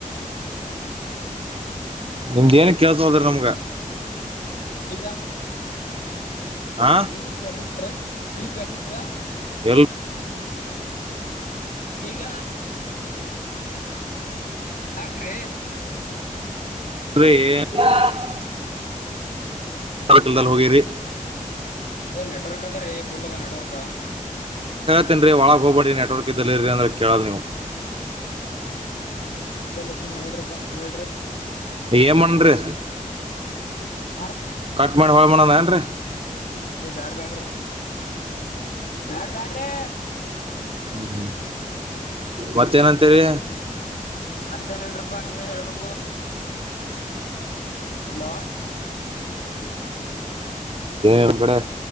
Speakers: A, on the right; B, on the left.
A: ನಿಮ್ದ ಏನ್ ಕೆಲ್ಸ ಹದ್ರ ನಮ್ಗ
B: ಈಗ
A: ಹಾ
B: ಹೇಳ ಕೆಲ್ಸತ್ ಬ್ರ ನೀ ಕೇಳಸತದಾ
A: ಎಲ್
B: ಈಗ ಹಾಕ್ರಿ
A: ಅ ಹಕಲ್ದಲ್ ಹೋಗ ರ
B: ಹೌ ನೆಟರ್ ದ್ರ ಪುಲ್ಲದ ನೆಡ್ವರ್ಕ
A: ನ್ರರಿ ಒಳಗ್ ಹೋಗ್ಬೇರಿ ನೆಟ್ವರ್ಕ್ ಇದ್ದಲ್ಲಿರರಿ ಅಂದ್ರ ಕೇಳಲ್ ನೀವು
B: ಲ್ಲ ಇದ್ದನ್ ಹೇಳ್ರಿಪ್ಪಾ ಹೇಳ್ರಿ
A: ಏನ್ ಮಾಡನ್ರಿ
B: ಹ
A: ಕಟ್ ಮಾಡಿ ಹಳ ಮಾಡಣನ ಏನ್ರರಿ
B: ಅದೇ ಬ್ಯಾಡ್ ಬ್ಯಾಡ್ರಿ ಬ್ಯಾಡ್ ಬ್ಯಾಡ್ರಿ
A: ಹ್ಮ್ ಹ್ಮ್ ಮತ್ತೇನಂತರಿ
B: ಮತ್ತೇನಲ್ರಪಾ ನೀವೇ ಹೇಳ್ಬೇಕು ಅಲ್ಲ
A: ಒ ಕಡೆ